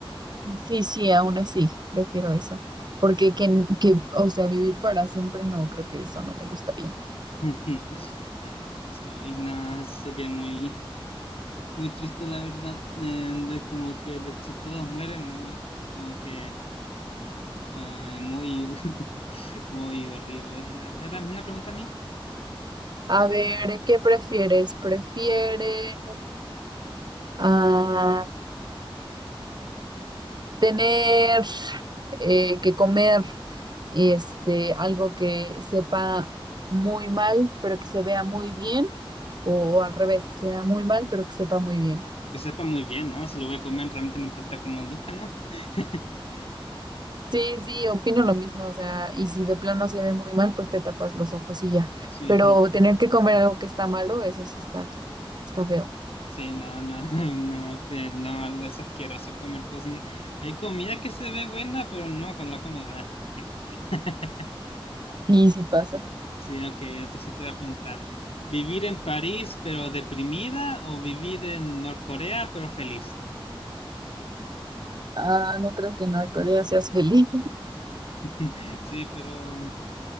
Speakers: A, on the right (about 50°); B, on the left (about 85°).
A: Sí, sí, aún así, prefiero eso. Porque que, que, o sea, vivir para siempre, no, creo que eso no me gustaría.
B: <laughs> Ah, sí, no, sería muy, muy triste la verdad, eh, de como que de- si todos mueren, eh, como que... Eh, muy, <laughs> muy horrible. A ver, una pregunta a mí.
A: A ver, ¿qué prefieres? ¿Prefieres ah, tener eh, que comer este, algo que sepa muy mal, pero que se vea muy bien, o, al revés, que se vea muy mal, pero que sepa muy bien.
B: Que sepa muy bien, ¿no? Si lo voy a comer, realmente no importa cómo luzca, ¿no? <laughs>
A: Sí, sí, opino lo mismo, o sea, y si de plano se ve muy mal, pues te tapas los ojos y ya.
B: Sí,
A: Pero tener que comer algo que está malo, eso sí está, está feo.
B: sí, no, no, <laughs> no, sí, no, es asqueroso comer cosas. Hay comida que se ve buena, pero no, cuando la comes, ah, qué asco. <laughs>
A: Sí, sí pasa.
B: Sí, ok, entonces te voy a preguntar, ¿vivir en París pero deprimida o vivir en Norcorea pero feliz?
A: Ah, no creo que en Corea seas feliz.
B: <laughs> Sí, pero,